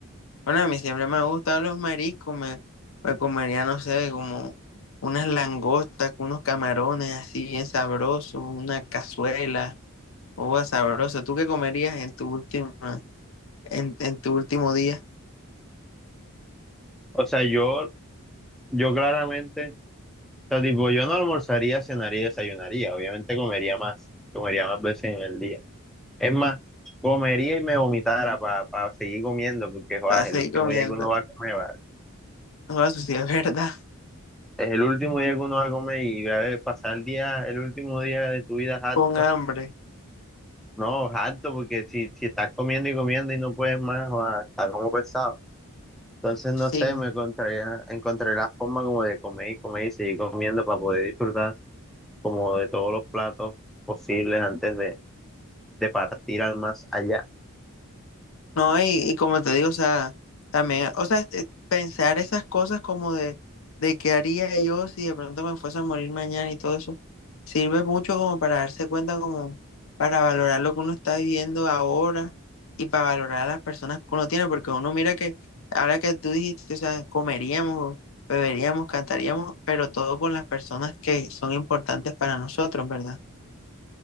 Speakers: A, on the left; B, in the centre.
A: Bueno, a mí siempre me han gustado los mariscos, me, me comería, no sé, como unas langostas, con unos camarones así bien sabrosos, una cazuela, uva sabrosa. ¿Tú qué comerías en tu última, en, en tu último día?
B: O sea, yo, yo claramente, o sea, tipo, yo no almorzaría, cenaría y desayunaría. Obviamente comería más, comería más veces en el día. Es más, comería y me vomitara para seguir comiendo, porque joder,
A: para seguir
B: es el último
A: comiendo.
B: día que uno va a comer, va.
A: No, eso sí es <laughs> verdad.
B: Es el último día que uno va a comer y a ver, pasar el día, el último día de tu vida harto
A: Con hambre.
B: No, harto, porque si, si estás comiendo y comiendo y no puedes más, va, está como pesado. Entonces, no
A: Sí.
B: sé, me encontré, encontré la forma como de comer y comer y seguir comiendo para poder disfrutar como de todos los platos posibles antes de, de partir al más allá.
A: No, y, y como te digo, o sea, también, o sea, este, pensar esas cosas como de, de qué haría yo si de pronto me fuese a morir mañana y todo eso, sirve mucho como para darse cuenta, como para valorar lo que uno está viviendo ahora y para valorar a las personas que uno tiene, porque uno mira que ahora que tú dijiste, o sea, comeríamos, beberíamos, cantaríamos, pero todo con las personas que son importantes para nosotros, ¿verdad?